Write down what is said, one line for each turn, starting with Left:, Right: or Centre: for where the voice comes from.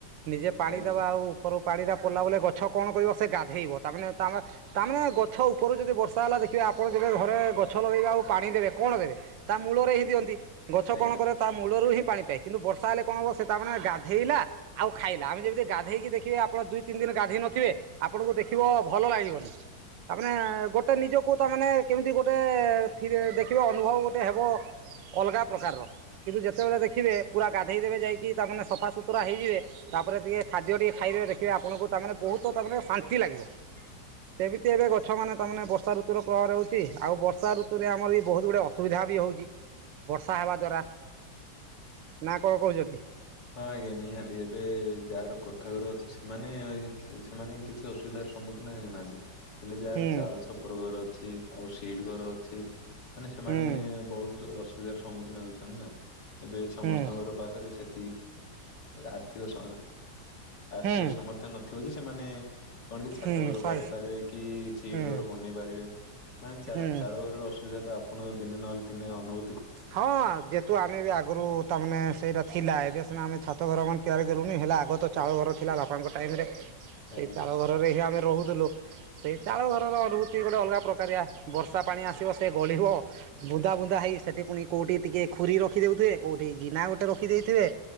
Right: ନିଜେ ପାଣି
Left: ଆଜ୍ଞା
Right: ଦବା ଆଉ ଉପର ପାଣି ଟା ପଡ଼ିଲଲା ବଲେ ଗଛ କଣ କରିବ ସେ ଗାଧେଇବ ତାମାନେ ତା ତାମାନେେ ଗଛ ଉପରୁ ଯଦି ବର୍ଷା ହେଲା ଦେଖି ଆପଣ ଯେବେ ଘରେ ଗଛ ଲଗେଇବେ ଆଉ ପାଣି ଦେବେ କଣ ଦେବେ ତା ମୂଳରେ ହିଁ ଦିଅନ୍ତି। ଗଛ
Left: ଆଜ୍ଞା।
Right: କଣ କରେ ତା ମୂଳରୁ ହିଁ ପାଣି ପାଏ। କିନ୍ତୁ ବର୍ଷା ହେଲେ କଣ ହବ ସେ ତା ମମାନେ ଗାଧେଇଲା ଆଉ ଖାଇଲା ଆ ଯେମିତି ଗାଧେଇକି ଦେଖେ ଆପଣ ଦୁଇ ତିନି ଦିନ ଗାଧୋଇ ନଥିବେ ଆପଣଙ୍କୁ ଦେଖିବ ଭଲ ଲାଗିବନି। ତାମାନେେ ଗୋଟେ ନିଜକୁ ତାମାନେ କେମିତି ଗୋଟେ ଦେଖିବା ଅନୁଭବ ଗୋଟେ ହେବ। ଅଲଗା ପ୍ରକାରର କିନ୍ତୁ ଯେତେବେଳେ ଦେଖିବେ ପୁରା ଗାଧୋଇ ଦେେବେ ଯାଇକି ତାମାନେ ସଫା ସୁତୁରା ହୋଇଯେ ତାପ ଟିକେ ଖାଦ୍ୟ ଟିକେ ଖାଇଦେବେ ଦେଖିବେ ଆପଣଙ୍କୁ ତାମାନେ ବହୁତ ତା ମ ଶାନ୍ତି ଲାଗିବ। ସେମିତି ଏବେ ଗଛ ମାନେ ତମାନେ ବର୍ଷାଋତୁୁର ପ୍ରହ ରହୁଉଚି ଆଉ ବଷାଋତୁରେ ଆମର ବି ବହୁତ ଗୁଡେ ଅସୁବିଧା। ବି ହଉଚି ବର୍ଷା ହେବା ଦ୍ଵାରା ନା କଣ କହୁଛନ୍ତି।
Left: ହଁ ଆଜ୍ଞା ନିହାତି ଏବେ ଯାହାର କୋଠା ଘର ଅଛି ସେମାନେ ସେମାନେ କିଛି ଅସୁବିଧା ସମ୍ମୁଖୀନ ହେଉନାହାନ୍ତି ହେଲେ ଯାହାର
Right: ହୁଁ
Left: ଚାଳ ଛପର ଘର ଅଛି ଆଉ ସିଟି ଘର ଅଛି। ମାନେ ସେମାନେ
Right: ହୁଁ
Left: ବହୁତ ଅସୁବିଧାର ସମ୍ମୁଖୀନ ହେଉଛନ୍ତି ନା ଏବେ ସମସ୍ତଙ୍କର
Right: ହୁଁ
Left: ପାଖରେ ସେ ଏ ଆର୍ଥିକ ସ ଆର୍ଥିକ
Right: ହୁଁ
Left: ସାମର୍ଥ୍ୟ ନଥିବ ଯେ ସେମାନେ କଣ କି ଛାତ
Right: ହୁଁ
Left: ଘର ବାଡି ପାରିବେ କି ସିଟ
Right: ହୁଁ
Left: ଘର ବନେଇ ପାରିବେ ମାନେ ଚା-
Right: ହୁଁ
Left: ଚାଳ ଘରର ଅସୁବିଧା ତ ଆପଣ ଦିନେ ନହେଲେ ଦିନେ ଅନୁଭୂ
Right: ହଁ ଯେହେତୁ ଆମେ ବି ଆଗରୁ ତା ମାନେ ସେଇଟା ଥିଲା। ଏ ସିନା ଆମେ ଛାତ ଘର ମାନେ ତିଆରି ଦେଲୁନି। ହେଲେ ଆଗ ତ ଚାଳ ଘର ଥିଲା ବାପାଙ୍କ ଟାଇମ୍ ରେ। ସେଇ
Left: ଆଜ୍ଞା
Right: ଚାଳ ଘରରେ ହିଁ ଆମେ ରହୁଥୁଲୁ। ସେଇ ଚାଳ ଘରର ଅନୁଭୂତି ଗୋଟେ ଅଲଗା ପ୍ରକାରିଆ। ବର୍ଷା ପାଣି ଆସିବ ସେ ଗଳିବ। ବୁନ୍ଦା ବୁନ୍ଦା ହେଇ ସେଠି ପୁଣି କୋଉଠି ଟିକେ ଖୁରୀ ରଖିଦଉଥିବ। କୋଉଠି ଗିନା ଗୋଟେ ରଖି ଦେଇ ଥିବେ